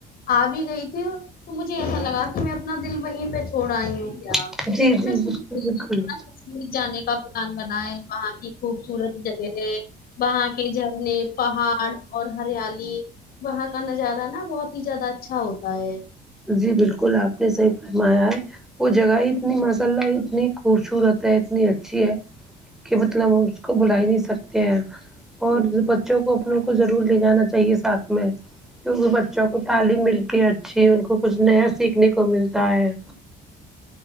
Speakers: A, on the left (about 60°); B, in the centre.
A: آ بھی گئی تھی تو مجھے ایسا لگا کہ میں اپنا دل وہیں پہ چوڑ آئی ہوں کیا
B: جی
A: اس
B: جی
A: نا
B: بالکل بالکل
A: کشمیر جانے کا <unintelligible> مکان بنا ہے وہاں کی خوبصورت جگہ ہے وہاں کے جھرنے پہاڑ اور ہریالی وہاں کا نظارہ نا بہت ہی زیادہ اچھا ہوتا ہے
B: جی بالکل آپ نے صحیح فرمایا ہے وہ جگہ اتنی ماشاء اللہ ہے اتنی خوبصورت ہے اتنی اچھی ہے کہ مطلب ہم اس کو بھولا ہی نہیں سکتے ہیں اور بچوں کو اپنوں کو ضرور لے جانا چاہیے ساتھ میں کیونکہ بچوں کو تعلیم ملتی ہے اچھی ان کو کچھ نیا سیکھنے کو ملتا ہے